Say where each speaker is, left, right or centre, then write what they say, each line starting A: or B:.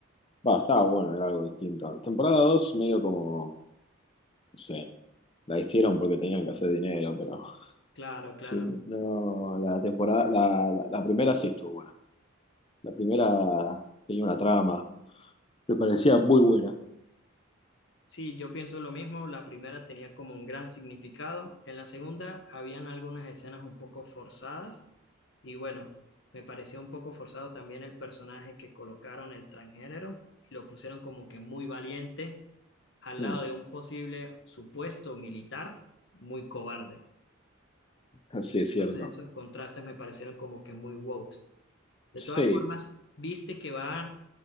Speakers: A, on the left (about 25°); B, on the left (about 60°).
A: Va, estaba bueno, era algo distinto. Temporada 2 medio como, no sé. La hicieron porque tenían que hacer dinero, pero
B: Claro, claro.
A: Sí, no, la temporada, la, la, la primera sí estuvo buena. La primera tenía una trama, me parecía muy buena.
B: Sí, yo pienso lo mismo. La primera tenía como un gran significado. En la segunda habían algunas escenas un poco forzadas. Y bueno, me pareció un poco forzado también el personaje que colocaron el transgénero y lo pusieron como que muy valiente al
A: Mm,
B: lado de un posible supuesto militar muy cobarde.
A: así
B: Entonces
A: es cierto.
B: esos contrastes me parecieron como que muy woke. De
A: Sí.
B: todas formas, ¿viste que va